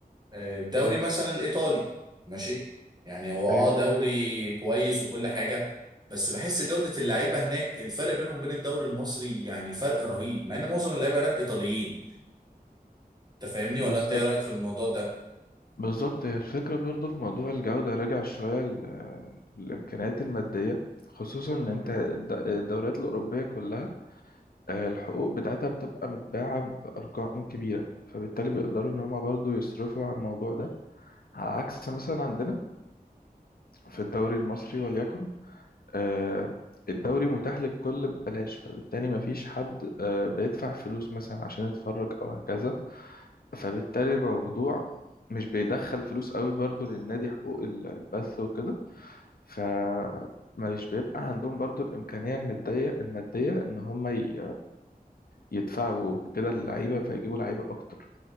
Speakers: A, on the right; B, on the left.
A: الدوري
B: مم،
A: مثلا الايطالي ماشي يعني هو اه
B: أيوه
A: دوري كويس وكل حاجه بس بحس جوده اللعيبه هناك الفرق بينهم وبين الدوري المصري يعني فرق رهيب مع ان معظم اللعيبه هناك ايطاليين انت فاهمني
B: بالظبط
A: ولا انت ايه رايك في الموضوع ده
B: بالظبط هي الفكرة برضو في موضوع الجودة راجع شوية ل- للإمكانيات المادية خصوصا إن أنت الد- الدوريات الأوروبية كلها آه، الحقوق بتاعتها بتبقى متباعة بأرقام كبيرة فبالتالي بيقدروا إن هما برضو يصرفوا على الموضوع ده على عكس مثلا عندنا في الدوري المصري وليكن آه، الدوري متاح للكل ببلاش فبالتالي مفيش حد آه، بيدفع فلوس مثلا عشان يتفرج أو هكذا فبالتالي الموضوع مش بيدخل فلوس قوي برضو للنادي حقوق ال- البث وكده ف مش بيبقى عندهم برضو الإمكانية المادية المادية إن هم ي- يدفعوا كده اللعيبة فيجيبوا لعيبة أكتر